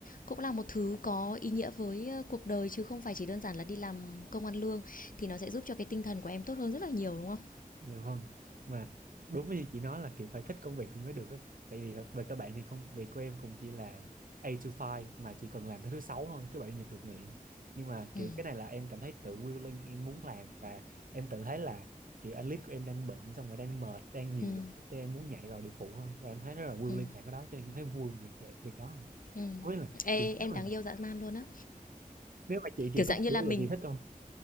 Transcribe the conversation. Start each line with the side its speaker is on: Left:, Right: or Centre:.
Left: cũng là một thứ có ý nghĩa với, ơ, cuộc đời chứ không phải chỉ đơn giản là đi làm công ăn lương, thì nó sẽ giúp cho cái tinh thần của em tốt hơn rất là nhiều, đúng không?
Right: Dạ vâng mà đúng như chị nói là kiểu phải thích công việc không mới được á tại vì thật về các bạn thì công việc của em cũng chỉ là 8 to 5 mà chỉ cần làm tới thứ sáu thôi thứ bảy chủ nhật được nghỉ nhưng mà kiểu
Left: Ừm,
Right: cái này là em cảm thấy tự willing em muốn làm và em tự thấy là kiểu analyst của em đang bệnh xong rồi đang mệt đang nhiều
Left: ừm,
Right: việc hết, em muốn nhảy vào địa phụ thôi và em thấy rất là willing
Left: ừm,
Right: làm cái đó cho nên em thấy vui về việc vậy việc đó
Left: ừm.
Right: không biết là
Left: Ê,
Right: kiểu nếu
Left: em
Right: mà
Left: đáng yêu dã man luôn á.
Right: nếu mà chị kiểu
Left: Kiểu, dạng
Right: có một
Left: như
Right: đứa
Left: là
Right: vậy
Left: mình
Right: chị thích không